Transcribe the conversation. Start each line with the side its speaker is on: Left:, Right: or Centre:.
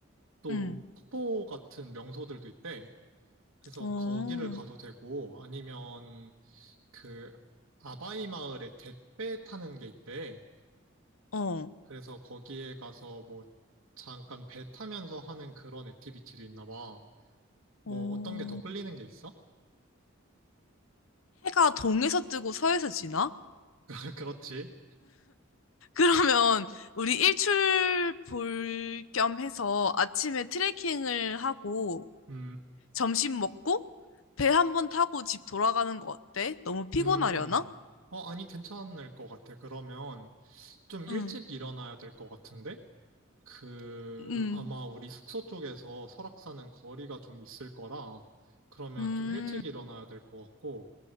Right: 또
Left: 음,
Right: 폭포 같은 명소들도 있대. 그래서
Left: 어,
Right: 거기를 가도 되고, 아니면 그 아바이 마을에 갯배 타는 게 있대.
Left: 어,
Right: 그래서 거기에 가서 뭐 잠깐 배 타면서 하는 그런 액티비티도 있나 봐. 뭐
Left: 어.
Right: 어떤 게 더 끌리는 게 있어?
Left: 해가 동에서 뜨고 서에서 지나?
Right: <laughs> 그렇지.
Left: 그러면 우리 일출 볼 겸 해서 아침에 트레킹을 하고
Right: 음,
Left: 점심 먹고 배 한 번 타고 집 돌아가는 거 어때? 너무 피곤하려나?
Right: 음. 어, 아니, 괜찮을 것 같아. 그러면 좀 일찍
Left: 응.
Right: 일어나야 될 것 같은데? 그,
Left: 응,
Right: 아마 우리 숙소 쪽에서 설악산은 거리가 좀 있을 거라, 그러면
Left: 음,
Right: 좀 일찍 일어나야 될 것 같고,